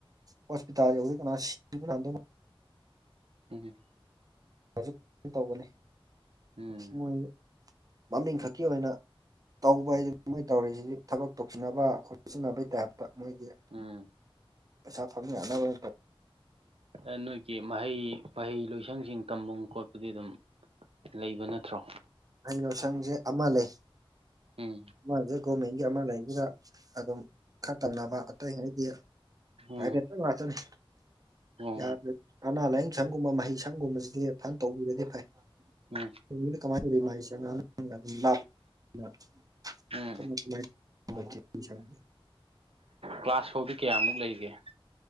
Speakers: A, on the right; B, on the right.
A: ꯍꯣꯁꯄꯤꯇꯥꯜ ꯌꯧꯗꯤ ꯀꯅꯥ ꯁꯤꯕꯅ ꯍꯥꯟꯗꯧ ꯃꯥꯜ
B: ꯎꯝ
A: ꯍꯧꯛ ꯇꯧꯒꯅꯤ
B: ꯎꯝ
A: ꯃꯣꯢ ꯃꯃꯤꯡ ꯈꯛꯀꯤ ꯑꯣꯢꯅ ꯇꯧꯕ ꯍꯥꯏꯁꯤ ꯃꯣꯏ ꯇꯧꯔꯤꯁꯤꯗꯤ ꯊꯕꯛ ꯇꯧꯁꯤꯟꯅꯕ ꯈꯣꯆꯤꯟꯅꯕꯩ ꯇꯥꯢꯞꯇ ꯃꯣꯢꯒꯤ
B: ꯎꯝ
A: ꯄꯩꯁꯥ ꯐꯪ ꯌꯥꯅꯕ ꯇꯧ
B: ꯑ ꯅꯣꯢꯒꯤ ꯃꯍꯩ ꯃꯍꯩ ꯂꯣꯢꯁꯪꯁꯤꯡ ꯇꯝꯐꯝ ꯈꯣꯠꯄꯗꯤ ꯑꯗꯨꯝ ꯂꯩꯕ ꯅꯠꯇ꯭ꯔꯣ
A: ꯍꯩꯩꯅꯣꯁꯪꯖꯦ ꯑꯃ ꯂꯩ
B: ꯎꯝ
A: ꯃꯥꯁꯦ ꯒꯣꯔꯃꯦꯟꯒꯤ ꯑꯃ ꯂꯩꯢꯗꯨꯗ ꯑꯗꯨꯝ ꯈꯔ ꯇꯝꯅꯕ ꯑꯇꯩ ꯍꯥꯢꯗꯤ ꯄꯥꯢꯕꯦꯠꯇ
B: ꯎꯝ
A: ꯉꯇꯅꯤ
B: ꯑꯣ
A: ꯌꯥꯗ꯭ꯔꯗꯤ ꯑꯅꯥ ꯂꯥꯌꯦꯡ ꯁꯪꯒꯨꯝꯕ ꯃꯍꯩ ꯁꯪꯒꯨꯝꯕꯖꯤꯗꯤ ꯐꯅ ꯇꯧꯕꯤꯔꯗꯤ ꯐꯩ
B: ꯎꯝ
A: ꯀꯥꯢꯅꯤꯗ ꯀꯃꯥꯢ ꯇꯧꯗꯨꯢꯕ ꯍꯥꯢꯆꯉꯛꯑꯒ <unintelligible>
B: ꯎꯝ
A: ꯈꯪꯗꯦ ꯅꯥꯏꯠ <unintelligible>
B: ꯀ꯭ꯂꯥꯁ ꯐꯥꯎꯗꯤ ꯀꯌꯥꯃꯨꯛ ꯂꯩꯒꯦ